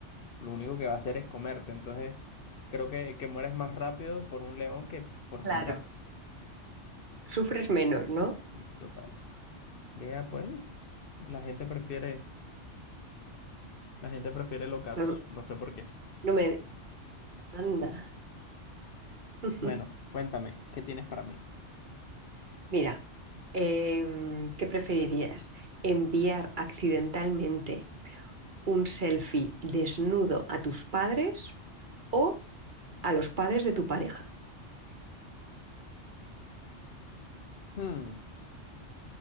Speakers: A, on the left (about 55°); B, on the right (about 45°).
A: Lo único que va a hacer es comerte. Entonces, creo que, que mueres más rápido por un león que por
B: Claro.
A: 100 gatos.
B: Sufres menos, ¿no?
A: Y total. Vea, pues, la gente prefiere La gente prefiere los gatos,
B: No,
A: no sé por qué.
B: no me, Anda. <laughs>
A: Bueno, cuéntame, ¿qué tienes para mí?
B: Mira, em, ¿qué preferirías? ¿Enviar accidentalmente un selfie desnudo a tus padres o a los padres de tu pareja?
A: Hmm,